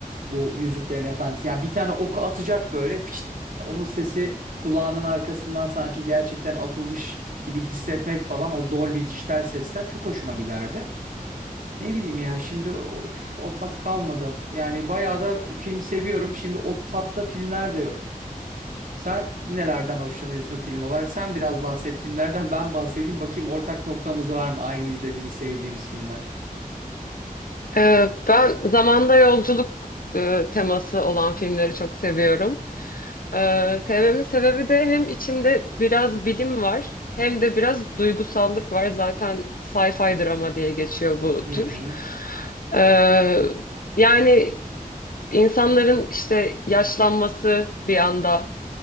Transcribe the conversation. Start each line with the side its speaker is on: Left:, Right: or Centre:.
Right: bu Yüzüklerin Efendisi yani bir tane oku atacak böyle fişt, onun sesi kulağının arkasından sanki gerçekten atılmış gibi hissetmek falan o Dolby dijital sesler çok hoşuma giderdi. Ne bileyim ya şimdi of, o tat kalmadı. Yani bayağı da film seviyorum. Şimdi o tatta filmler de yok. Sen nelerden hoşlanıyorsun film olarak? Sen biraz bahset filmlerden ben bahsedeyim. Bakayım ortak noktamız var mı? Aynı izlediğimiz, sevdiğimiz filmler.
Left: Ee, ben zamanda yolculuk e, teması olan filmleri çok seviyorum. Ee, sevmemin sebebi de hem içinde biraz bilim var hem de biraz duygusallık var. Zaten sci-fi drama diye geçiyor bu
Right: Hı
Left: tür.
Right: hı.
Left: Ee, yani insanların işte yaşlanması bir anda,